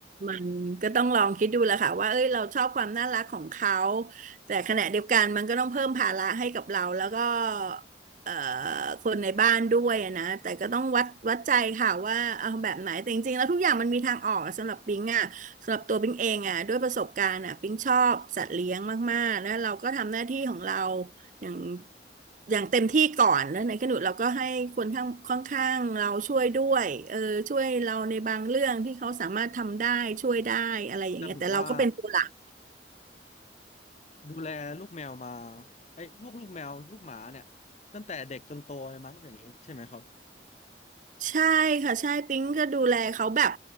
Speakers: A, on the right; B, on the left.
A: มันก็ต้องลองคิดดูแหละค่ะว่าเอ้ยเราชอบความน่ารักของเขาแต่ขณะเดียวกันมันก็ต้องเพิ่มภาระให้กับเราแล้วก็เอ่อคนในบ้านด้วยอะนะแต่ก็ต้องวัดวัดใจค่ะว่าเอาแบบไหนแต่จริงๆแล้วทุกอย่างมันมีทางออกสำหรับปิงอ่ะสำหรับตัวปิงเองอ่ะด้วยประสบการณ์อ่ะปิงชอบสัตว์เลี้ยงมากๆแล้วเราก็ทำหน้าที่ของเรา อย่างอย่างเต็มที่ก่อนแล้วในขณะเราก็ให้คนข้างค่อนข้างเราช่วยด้วยเออช่วยเราในบางเรื่องที่เขาสามารถทำได้ช่วยได้อะไรอย่างเงี้ยแต่เราก็เป็นตัวหลัก
B: จะแบบว่า ดูแลลูกแมวมาไอ้พวกลูกแมวลูกหมาเนี่ยตั้งแต่เด็กจนโตเลยมั้งอย่างนี้ใช่ไหมครับ
A: ใช่ค่ะใช่ปิ๊งก็ดูแลเขาแบบ